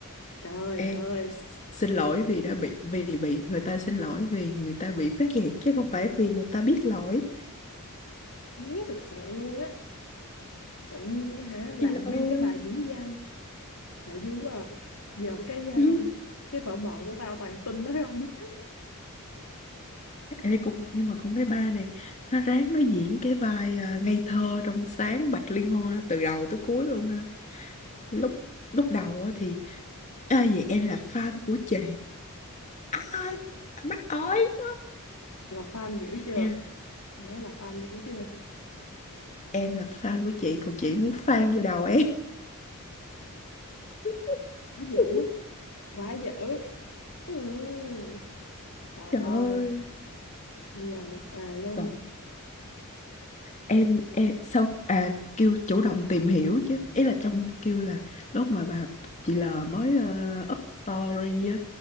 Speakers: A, on the left (about 70°); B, on the left (about 35°).
A: trời
B: ê
A: ơi
B: xin lỗi vì đã bị vì bị người ta xin lỗi vì người ta bị phát hiện chứ không phải vì người ta biết lỗi
A: nghe thật sự luôn á tự nhiên á hả làm
B: trời
A: nguyên
B: ơi
A: cái bài diễn văn trời vui quá à. giờ cái à,
B: <laughs>
A: cái phở bò của tao toàn tin đó không <laughs>
B: Ê, cũng nhưng mà con bé ba này nó ráng nó diễn cái vai à, ngây thơ trong sáng Bạch Liên Hoa từ đầu tới cuối luôn ha lúc lúc đầu á thì à, vậy em là fan của chị ai anh mắc ơi
A: là fan dữ chưa
B: em
A: hả là fan dữ chưa
B: em là fan của chị còn chị muốn fan vô đầu em <laughs>
A: nó dữ quá dữ ừ. trời
B: trời
A: ơi
B: ơi
A: bây giờ một ề luôn
B: rồi em, em sau à kêu chủ động tìm hiểu chứ ý là trong kêu là lúc mà bà chị L mới ờ, up story á